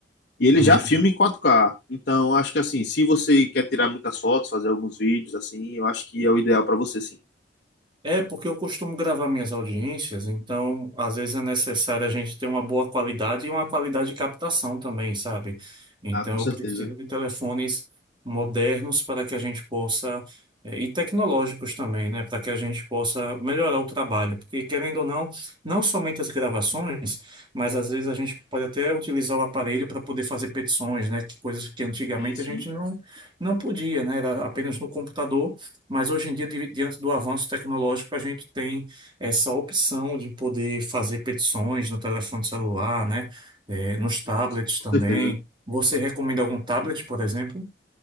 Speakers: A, on the left; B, on the right.
A: E ele
B: É
A: já
B: muito
A: filma em 4K. Então, acho que, assim, se você quer tirar muitas fotos, fazer alguns vídeos, assim, eu acho que é o ideal para você, sim.
B: É, porque eu costumo gravar minhas audiências, então às vezes é necessário a gente ter uma boa qualidade e uma qualidade de captação também, sabe? Então
A: Ah, com certeza.
B: eu preciso de telefones modernos para que a gente possa, eh, e tecnológicos também, né? Para que a gente possa melhorar o trabalho. Porque, querendo ou não, não somente as gravações, mas às vezes a gente pode até utilizar o aparelho para poder fazer petições, né? Que coisas que antigamente
A: Sim, sim.
B: a gente não, não podia, né? Era apenas no computador. Mas hoje em dia, di- diante do avanço tecnológico, a gente tem essa opção de poder fazer petições no telefone celular, né? Eh, nos tablets
A: Sim, sim, com
B: também.
A: certeza.
B: Você recomenda algum tablet, por exemplo?